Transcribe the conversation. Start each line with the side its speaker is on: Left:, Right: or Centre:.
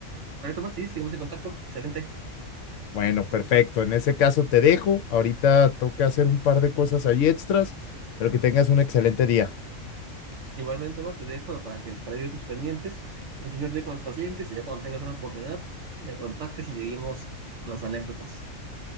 Right: Perfecto, Marta, sí, seguimos en contacto. Excelente.
Left: Bueno, perfecto. En ese caso te dejo. Ahorita toca hacer un par de cosas ahí extras, pero que tengas un excelente día.
Right: Igualmente, Marta, te dejo para que para ir con tus pendientes. Mucha suerte con los pacientes y ya cuando tengas una oportunidad, me contactes y seguimos con las anécdotas.